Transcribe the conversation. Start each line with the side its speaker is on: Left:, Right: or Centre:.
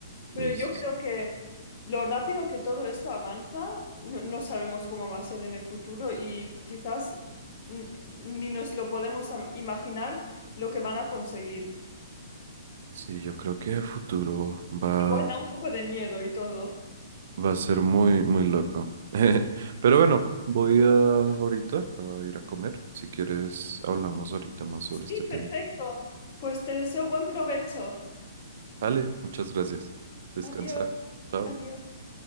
Left: pero
Right: le dices.
Left: yo creo que lo rápido que todo esto avanza, no, no sabemos cómo va a ser en el futuro y quizás n- ni nos lo podemos am- imaginar lo que van a conseguir.
Right: Sí, yo creo que a futuro va,
Left: Igual da un poco de miedo y todo.
Right: va a ser muy, muy loco. <laughs> Pero bueno, voy a ahorita a ir a comer. Si quieres, hablamos ahorita más sobre
Left: Sí,
Right: este tema.
Left: perfecto. Pues te deseo buen provecho.
Right: Vale, muchas gracias. Descansa.
Left: Adiós.
Right: Chao.
Left: Adiós.